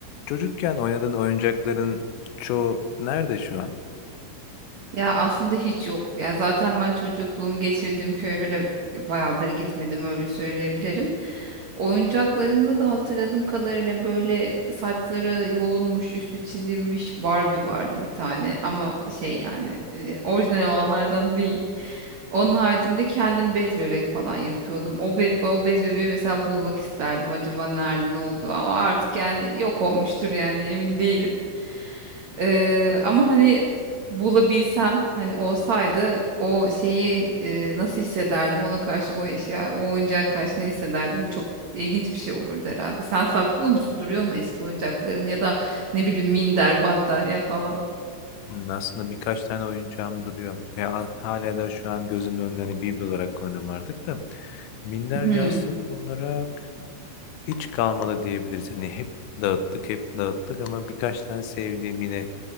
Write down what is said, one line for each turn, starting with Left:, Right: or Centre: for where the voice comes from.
Left: Çocukken oynadığın oyuncakların çoğu nerede şu an?
Right: Ya aslında hiç yok. Ya zaten ben çocukluğumu geçirdiğim köye bile bayağıdır gitmedim öyle söyleyebilirim. Oyuncaklarımda da hatırladığım kadarıyla böyle saçları yolunmuş, üstü çizilmiş Barbie vardı bir tane ama şey yani e, orijinal olanlardan değil. Onun haricinde kendim bez bebek falan yapıyordum. O, be o bez bebeği mesela bulmak isterdim. Acaba nerede ne oldu? O artık yani yok olmuştur yani emin değilim. Ee, ama hani bulabilsem hani olsaydı o şeyi e, nasıl hissederdim ona karşı o eşya o oyuncağa karşı ne hissederdim çok ilginç bir şey olurdu herhalde. Sen saklıyor musun? Duruyor mu eski oyuncakların ya da ne bileyim minder, battaniye falan?
Left: Hmm, aslında birkaç tane oyuncağım duruyor. Ve a- hala da şu an gözümün önünde hani biblo olarak kullanıyorum artık da. Minder
Right: Hmm,
Left: yastık olarak hiç kalmadı diyebiliriz. Hani hep dağıttık, hep dağıttık ama birkaç tane sevdiğim yine